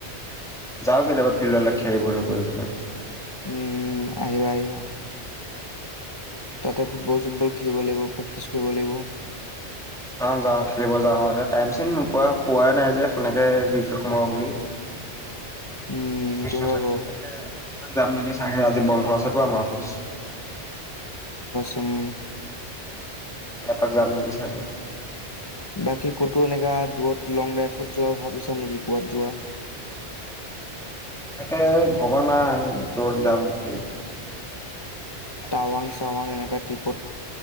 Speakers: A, in the centre; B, on the left (about 25°).
A: যাওঁ কেতিয়াবা ফিল্ডলৈ খেলিবলৈ কৰিব পোাই
B: উম আহিবা আহিবা তাতে ফুটবল চুটবল খেলিব লাগিব প্ৰেক্টিছ কৰিব লাগিব
A: যাওঁ যা যাওঁ এ টাইম চিম নোপোৱা পোৱাই নাই যে সেনেকৈ ঋত সোমাব বুলি
B: উম,
A: অফিচো
B: সেইটো হয়
A: থাকে
B: বাৰু
A: তাকে আজি এপাক যাম নেকি চাগে আজি বন্ধ আছেতো আমাৰ অফিচ
B: তম
A: এপাক যাম নেকি চাগে
B: বাকী ক'তো এনেককাা দূৰত লং ড্ৰাইভত যোৱা ভাবিছা নেকি ক'বাত যোৱা
A: এনেকে ভবা নাই তত যাম বুলি
B: টাৱাং চাৱাং এনেকা টিপট